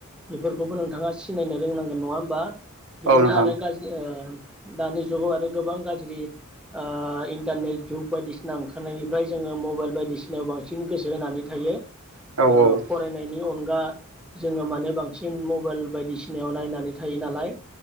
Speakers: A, in the centre; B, on the right.
A: बेफोरखौबो नोंथाङा सिनायनो रोंनांगोन नङा होमबा। बिदिनो
B: औ नोंथां
A: आरो गाज्रि ओ दानि जुगाव आरो गोबां गाज्रि ओ इन्टारनेट जुग बायदिसिना ओंखारनायनिफ्राय जोङो मबाइल बायदिसिनायाव बां सिन गोसो होनानै थायो। ओ
B: औ औ
A: फरायनायनि अन गा जोङो माने बांसिन मबाइल बायदिसिनायाव नायनानै थायो नालाय।